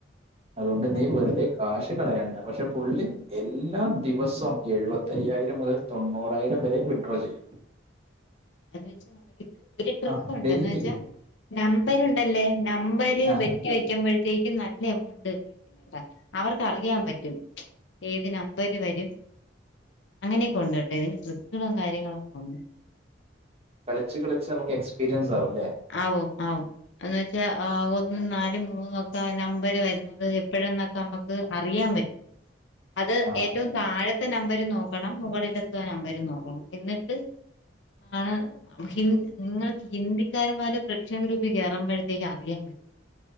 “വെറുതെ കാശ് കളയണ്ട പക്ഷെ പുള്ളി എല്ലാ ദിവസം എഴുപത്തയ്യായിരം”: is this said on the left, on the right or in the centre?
Right